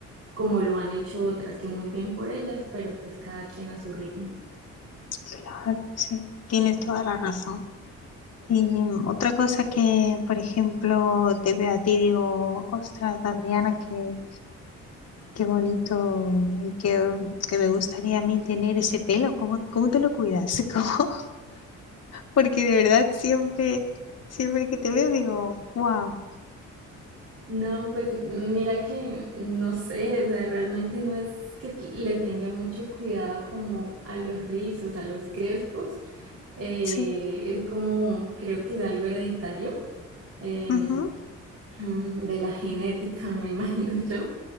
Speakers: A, on the right; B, on the left.
A: como lo han hecho otras, que muy bien por ellas, pero pues cada quien a su ritmo.
B: claro, sí. Tienes toda la razón. Y mm, otra cosa que, por ejemplo, te veo a ti, digo, ostras, Adriana, qué, qué bonito y qué, que me gustaría a mí tener ese pelo. ¿Cómo, cómo te lo cuidas? <laughs> ¿Cómo? Porque de verdad siempre, siempre que te veo digo, wow,
A: No, pues mira que no sé, o sea, realmente no es que le tenga mucho cuidado como a los rizos, a los crespos, eh,
B: sí,
A: es como, creo que es algo hereditario. em,
B: ujú,
A: mm, de la genética, me imagino <laughs> yo,